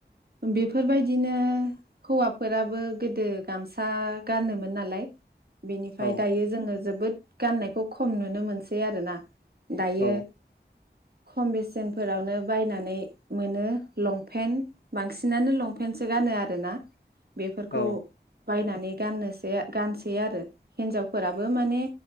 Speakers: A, on the right (about 60°); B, on the left (about 75°).
A: बेफोरबायदिनो हौवाफोराबो गोदो गामसा गानोमोन नालाय बेनिफ्राय
B: औ
A: दायो जोङो जोबोद गाननायखौ खम नुनो मोनसै आरोना दायो
B: औ
A: खम बेसेनफोरावनो बायनानै मोनो लंपेन्ट बांसिनानो लंपेन्टसो गानो आरोना बेफोरखौ
B: औ
A: बायनानै नै गाननोसै गानसै आरो हिनजावफोराबो माने